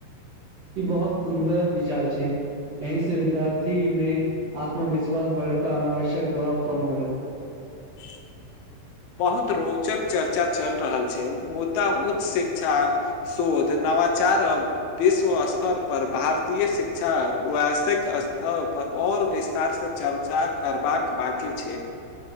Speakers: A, on the right; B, on the left.
A: ई बहुत सुन्दर विचार छै। एहि से विद्यार्थी में आत्मविश्वास बढ़त आ अनावश्यक दबाव कम होयत।
B: <inaudible> बहुत रोचक चर्चा चलि रहल छै, मुदा उच्च शिक्षा शोध, नवाचार अब विश्व स्तर पर भारतीय शिक्षा, वैश्विक स्तर पर और विस् तार से चर्चा करबाक बाकी छै।